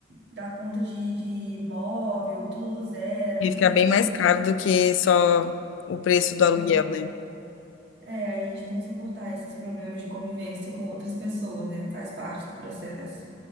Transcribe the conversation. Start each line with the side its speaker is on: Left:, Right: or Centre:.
Right: dar conta de, de móvel, tudo do zero,
Left: Ia
Right: muita
Left: ficar bem
Right: coisa.
Left: mais caro
Right: Muita...
Left: do que só o preço do aluguel,
Right: Exato.
Left: né?
Right: É, aí a gente tem que suportar esses problemas de convivência com outras pessoas, né? Faz parte do processo.